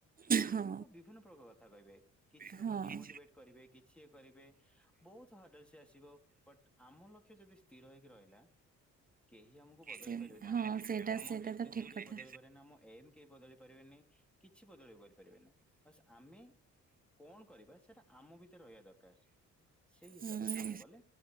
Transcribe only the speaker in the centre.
ବାହାର
ଲୋକ ବିଭିନ୍ନ ପ୍ରକାର କଥା କହିବେ କିଛି ଲୋକ
ଡିମୋଟିଭେଟ କରିବେ କିଛି ଇଏ କରିବେ। ବହୁତ ହାର୍ଡଲ ସେ ଆସିବ ବଟ୍ ଆମ ଲକ୍ଷ୍ୟ ଯଦି ସ୍ଥିର ହେଇକି ରହିଲା। କେହି ଆମକୁ ବଦଳି
ପାରିବେନି
ଆମ
ଆମ
ଡେଷ୍ନେସନ
କେହି
ବଦଳି ପାରିବନି ଆମ। ଏମ୍ କେହି ବଦଳ ପାରିବେନି କିଛି ବଦଳ କରିପାରିବେନି ବାସ୍ ଆମେ। କଣ କରିବା ସେଇଟା ଆମ ଭିତରେ ରହିବା ଦରକାର ସେଇ ହିସାବରେ
କାମ କଲେ।